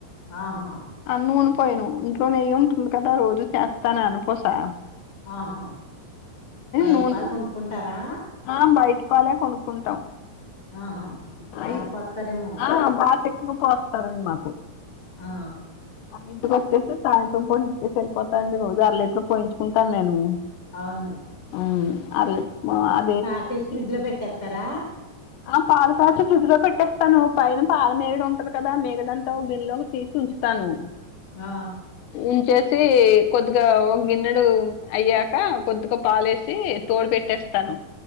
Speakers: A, on the left; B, on the left.
A: ఆహా
B: ఆ నూన్ పోయిను ఇంట్లో నెయ్యి ఉంటుంది కదా రోజు చేస్తాను అను పోసా
A: ఆహా బయట
B: నూనె
A: పాలు కొనుక్కుంటారా
B: ఆ బయట పాలే కొనుక్కుంటాం
A: ఆహా బానే
B: అయి
A: పడతారేమో
B: ఆ బాగా ఎక్కుకు పోస్తారండి మాకు
A: ఆ
B: అని ఇంటికి వచ్చేసి సాయంత్రం పడి ఇచ్చేసి వెళ్ళిపోతానండి రోజు అర లీటర్ పోయించుకుంటాను నేను
A: అవును
B: అ అ
A: కాసేసి ఫ్రిడ్జ్ లో పెట్టేత్తరా
B: ఆ పాల పాకిట్లు ఫ్రిడ్జ్లో పెట్టా పైన పాల మీగడ ఉంటది కదా మీగడంతా ఒక గిన్నెలోకి తీసి ఉంచుతాను
A: ఆ
B: ఉంచేసి కొద్దిగా ఒక గిన్నెడు అయ్యాక కొద్ కొద్ పాలేసి తోడు పెట్టేస్తాను